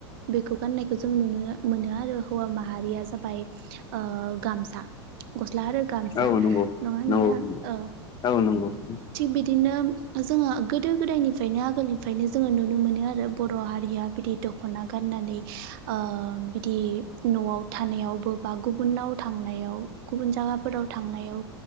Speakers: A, on the right; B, on the left.
A: बेखौ गाननायखौ जों नुनो मोनो आरो हौवा माहारिया जाबाय ओ गामसा गस्ला आरो गामसा
B: औ नंगौ
A: नङा होनब्ला
B: नंगौ
A: औ
B: औ नंगौ उम
A: थिग बिदिनो जोङो गोदो गोदायनिफ्रायनो आगोलनिफ्रायनो जोङो नुनो मोनो आरो बर' हारिया बिदि द ख'ना गाननानै ओ बिदि न'आव थानायावबो बा गुबुनाव थांनायाव गुबुन जायगाफोराव थांनायाव